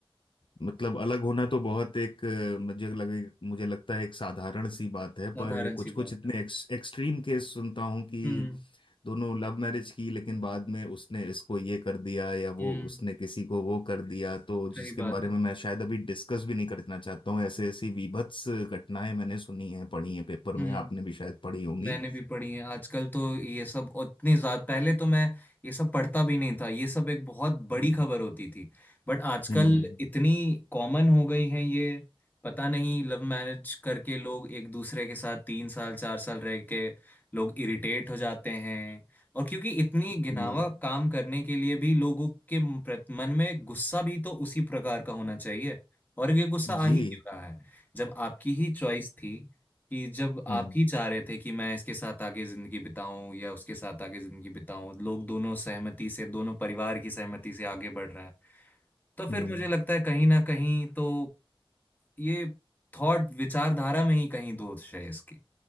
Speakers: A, on the left; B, on the left.
A: मतलब अलग होना तो बहुत एक अ, मुझे लगे मुझे लगता है एक साधारण सी बात है
B: साधारण
A: पर कुछ
B: सी
A: कुछ
B: बात
A: इतने
B: है
A: एक्स, एक्सट्रीम केस सुनता हूँ कि
B: हम्म
A: दोनों लव मैरिज की लेकिन बाद में उसने इसको ये कर दिया या वो
B: हम्म
A: उसने किसी को वो कर दिया तो जिसके
B: सही बात
A: बारे
B: है
A: में मैं शायद अभी डिस्कस भी नहीं करना चाहता हूँ ऐसे ऐसी बीभत्स घटनाएं मैंने सुनी हैं पढ़ी हैं पेपर
B: हम्म
A: में आपने भी शायद पढ़ी होंगी
B: मैंने भी पढ़ी है आजकल तो ये सब उतनी ज्यादा पहले तो मैं ये सब पढ़ता भी नहीं था ये सब एक बहुत बड़ी
A: हम्म
B: खबर होती थी बट आजकल
A: हम्म,
B: इतनी कॉमन हो गई है ये पता नहीं लव मैरिज करके लोग एक दूसरे के साथ तीन साल चार साल रह के लोग इरिटेट हो जाते हैं और क्योंकि इतनी घिनावा
A: जी
B: काम करने के लिए भी लोगों के प्रत- मन में गुस्सा भी तो उसी प्रकार का होना चाहिए और ये गुस्सा आ
A: जी
B: ही क्यों रहा है जब आपकी ही चॉइस थी कि जब आप
A: हम्म
B: ही चाह रहे थे कि मैं इसके साथ आगे जिंदगी बिताऊं या उसके साथ आगे जिंदगी बिताऊं लोग दोनों सहमति से दोनों परिवार की सहमति से आगे बढ़ रहे हैं तो फिर
A: हम्म
B: मुझे लगता है कहीं ना कहीं तो ये थॉट विचारधारा में ही कहीं दोष है इसकी